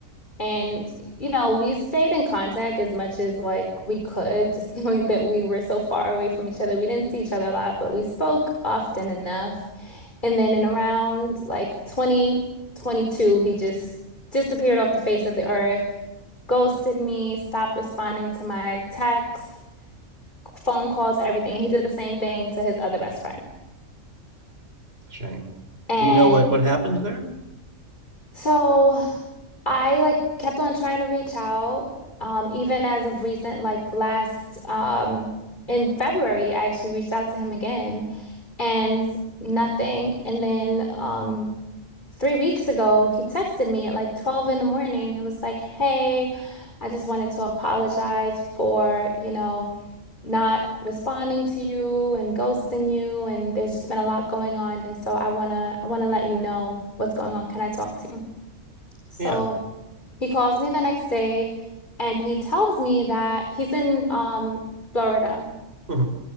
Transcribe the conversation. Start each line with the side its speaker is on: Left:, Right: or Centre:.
Left: And you know, we stayed in contact as much as like we could, just <laughs> knowing that we were so far away from each other. We didn't see each other a lot, but we spoke often enough. And then in around like 2022, he just disappeared off the face of the earth, ghosted me, stopped responding to my texts, phone calls, everything. He did the same thing to his other best friend.
Right: Shame.
Left: And
Right: Do you know what what happened there?
Left: so I like kept on trying to reach out. Um, even as of recent, like last um in February, I actually reached out to him again and nothing. And then um Three weeks ago, he texted me at like 12 in the morning and was like, Hey, I just wanted to apologize for, you know, not responding to you and ghosting you. And there's just been a lot going on. And so I wanna, I wanna let you know what's going on. Can I talk to you? So
Right: Yeah.
Left: he calls me the next day and he tells me that he's in um, Florida.
Right: Mhm.